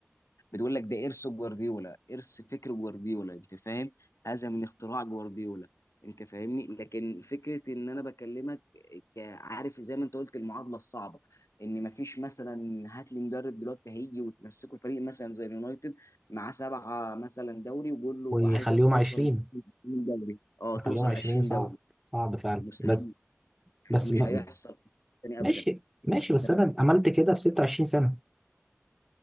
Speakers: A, on the left; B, in the centre.
A: بتقول لك ده إرث جوارديولا إرث فكر جوارديولا أنت فاهم هذا من اختراع جوارديولا أنت فاهمني لكن فكرة إن أنا بكلمك ك- عارف زي ما انت قلت المعادله الصعبه ان مفيش مثلا هات لي مدرب دلوقتي هيجي وتمسكه فريق مثلا زي اليونايتد مع سبعه مثلا دوري وقول له
B: ويخليهم
A: عايزك توصل
B: 20
A: 20 دوري اه توصل
B: يخليهم 20
A: 20
B: صعب
A: دوري
B: صعب فعلا
A: مستحيل
B: بس بس
A: مش
B: ما-
A: هيحصل تاني ابدا
B: ماشي ماشي بس
A: تمام
B: انا عملت كده في 26 سنه